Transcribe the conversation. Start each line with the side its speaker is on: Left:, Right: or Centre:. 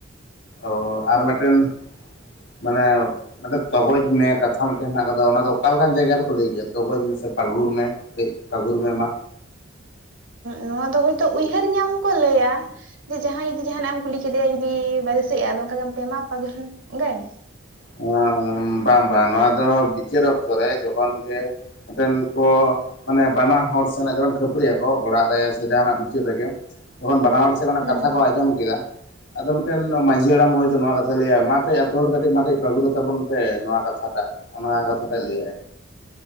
Left: ᱚ ᱟᱨ ᱢᱤᱫᱴᱮᱱ ᱢᱟᱱᱮ ᱢᱟᱱᱮ ᱛᱚᱜᱚᱡ ᱢᱮ ᱠᱟᱛᱷᱟ ᱢᱤᱫᱴᱮᱱ ᱦᱮᱱᱟᱜ ᱟᱠᱟᱫᱟ ᱚᱱᱟ ᱫᱚ ᱚᱠᱟᱞᱮᱠᱟᱱ ᱡᱟᱭᱜᱟ ᱨᱮᱠᱚ ᱞᱟᱹᱭ ᱜᱮᱭᱟ ᱛᱚᱜᱚᱡ ᱢᱮᱥᱮ ᱯᱟᱹᱜᱩᱨ ᱢᱮ ᱯᱟᱜᱩᱨ ᱢᱮ ᱢᱟ
Right: ᱱᱚᱣᱟ ᱫᱚ ᱦᱳᱭᱛᱳ ᱩᱭᱦᱟᱹᱨ ᱧᱟᱢ ᱠᱚ ᱞᱟᱹᱭᱟ ᱡᱮ ᱡᱟᱦᱟᱸᱭ ᱡᱩᱫᱤ ᱡᱟᱦᱟᱱᱟᱜ ᱮᱢ ᱠᱩᱞᱤ ᱠᱮᱫᱮᱭᱟ ᱡᱩᱫᱤ ᱵᱟᱭ ᱫᱤᱥᱟᱹᱭᱼᱟ ᱟᱫᱚ ᱚᱱᱠᱟ ᱜᱮ ᱢᱟ ᱯᱟᱜᱚᱨ ᱚᱱᱠᱟᱜᱮ
Left: ᱦᱚᱸ ᱵᱟᱝ ᱵᱟᱝ ᱱᱚᱣᱟ ᱫᱚ ᱵᱤᱪᱟᱹᱨ ᱚᱠᱛᱚ ᱨᱮ ᱡᱚᱠᱷᱚᱱ ᱜᱮ ᱟᱛᱮᱱ ᱠᱚ ᱢᱟᱱᱮ ᱵᱟᱱᱟ ᱦᱚᱲ ᱥᱮᱱᱟᱜ ᱡᱚᱠᱷᱚᱱ ᱠᱷᱟᱹᱯᱟᱹᱨᱤᱜ ᱟᱠᱚ ᱚᱲᱟᱜ ᱨᱮ ᱥᱮ ᱡᱟᱦᱟᱱᱟᱜ ᱵᱤᱪᱟᱹᱨ ᱨᱮᱜᱮ ᱛᱚᱠᱷᱚᱱ ᱵᱟᱱᱟ ᱦᱚᱲ ᱢᱟᱱᱮ
Right: ᱦᱩᱸ
Left: ᱠᱟᱛᱷᱟ ᱠᱚ ᱟᱸᱡᱚᱢ ᱠᱮᱫᱟ᱾ ᱟᱫᱚ ᱢᱤᱫᱴᱮᱱ ᱢᱟᱺᱡᱷᱤ ᱦᱟᱲᱟᱢ ᱦᱚᱭᱛᱳ ᱱᱚᱣᱟ ᱠᱟᱛᱷᱟ ᱞᱟᱹᱭᱟ ᱢᱟ ᱠᱟᱹᱡ ᱟᱛᱳ ᱦᱚᱲ ᱠᱟᱹᱴᱤᱡ ᱢᱟ ᱠᱟᱹᱡ ᱯᱟᱹᱜᱩᱨ ᱛᱟᱵᱚᱱ ᱯᱮ ᱱᱚᱣᱟ ᱠᱟᱛᱷᱟᱴᱟᱜ ᱚᱱᱟ ᱠᱟᱛᱷᱟ ᱴᱟᱜ ᱮ ᱞᱟᱹᱭᱟᱭ